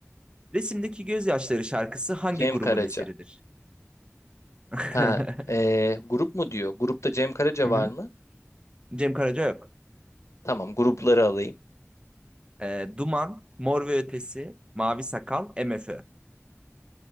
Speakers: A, on the right; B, on the left.
A: Resimdeki Gözyaşları şarkısı hangi
B: Cem
A: grubun
B: Karaca.
A: eseridir? <laughs> Hı
B: Ha, ee, grup mu diyor? Grupta Cem Karaca
A: hı.
B: var mı?
A: Cem Karaca yok.
B: Tamam, grupları alayım.
A: E, Duman, Mor ve Ötesi, Mavi Sakal, MFÖ.